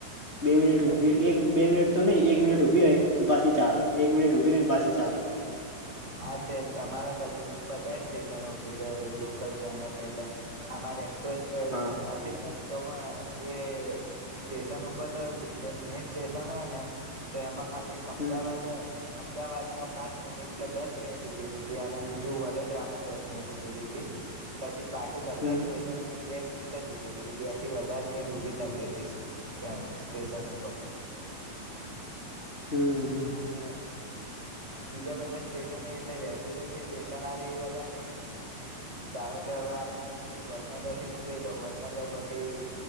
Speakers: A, on the left; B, on the right.
A: બે મિનીટ ઉભી
B: એમ
A: એક બે મિનીટ તો નહીં એક મિનિટ ઉભી રહે અને પાછી ચાલે એક મિનિટ ઉભી રહી અને પાછી ચાલે
B: હા તે તમારા <unintelligible> બધા સ્ટેશનો ઉભી લોકલ ટ્રેનો એટલે અમારે એકપેસ હતી
A: હા
B: ને તો પણ એ સ્ટેશન ઉપર ત જે મેન સ્ટેશન હોય ને તેમાં ખાલી એક અમદાવાદ
A: હમ
B: અમદાવાદ <inaudible> પાંચ મિનિટ કે દસ મિનિટ ઉભી રેતી અને બીજું વડોદરામાં દસ મિનિટ ઉભી રેતી પછી બા કી બધા
A: હમ
B: સ્ટેશન પર બે મિનિટ ટ જ ઉભી રેતી બે થી વધારે મિનિટ ઉભી જ નથી રી ટ્રેન સ્ટેશન ઉપર
A: હમ્મ હમ્મ
B: અને બીજા બધા સ્ટેશન એટલે રેગ્યુલર જે સ્ટેશન આવે એ બધા નઈ ધારો કે હવે આપણેે અહીયાથી વડનગર થી નીકળીએ તો વડનગર પછી